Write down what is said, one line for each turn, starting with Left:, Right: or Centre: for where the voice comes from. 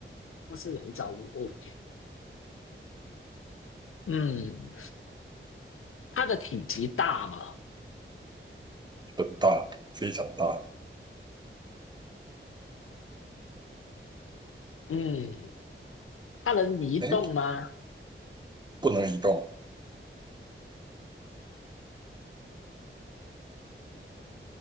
Left: 它是人造物。OK。嗯，它的体积大吗？
Right: 很大，非常大，
Left: 嗯，它能移动吗？
Right: 哎，不能移动，